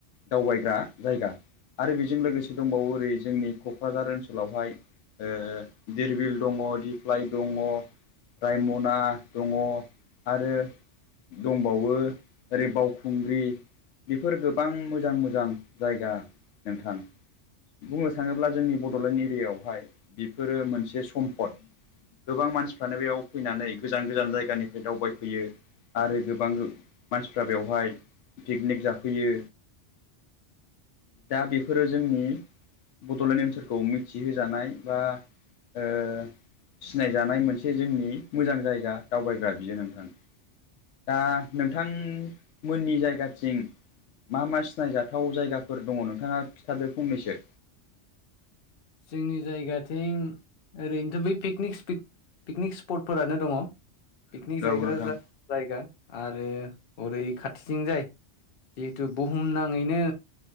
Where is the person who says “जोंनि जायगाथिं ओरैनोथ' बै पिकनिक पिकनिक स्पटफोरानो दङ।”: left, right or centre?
Left